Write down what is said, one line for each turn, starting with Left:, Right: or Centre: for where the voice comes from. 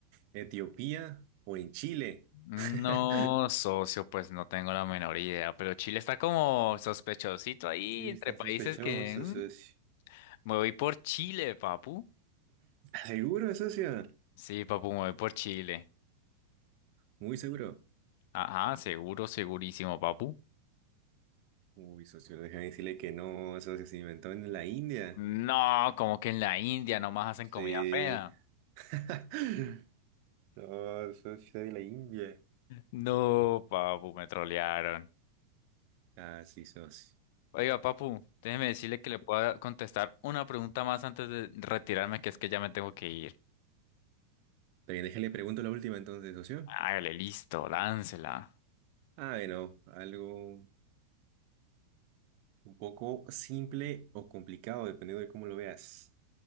Right: Etiopía o en Chile?
Left: No,
Right: <laughs>
Left: socio, pues no tengo la menor idea, pero Chile está como sospechosito ahí
Right: Sí,
Left: entre
Right: está
Left: países
Right: sospechoso,
Left: que... mm,
Right: socio.
Left: Me voy por Chile, Papu.
Right: ¿Seguro, socio?
Left: Sí, Papu, me voy por Chile.
Right: Muy seguro.
Left: Ajá, seguro, segurísimo, papu.
Right: Uy, socio, déjame decirle que no, socio, se inventó en la India.
Left: No, como que en la India nomás hacen comida
Right: Sí.
Left: fea.
Right: <laughs> No, socio de la India.
Left: No, papu, me trolearon.
Right: Ah, sí, socio.
Left: Oiga, papu, déjeme decirle que le pueda contestar una pregunta más antes de retirarme, que es que ya me tengo que ir.
Right: También déjale pregunto la última entonces, socio.
Left: Hágale, listo, láncela.
Right: I know, algo un poco simple o complicado, dependiendo de cómo lo veas.